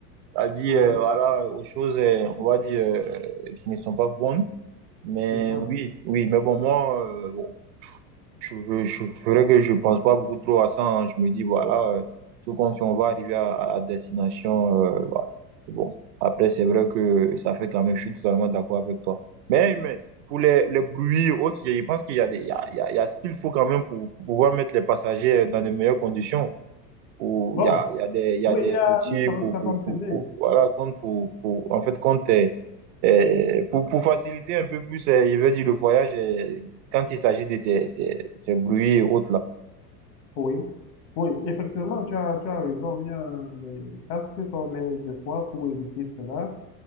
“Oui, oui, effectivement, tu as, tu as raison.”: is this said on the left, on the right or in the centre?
Left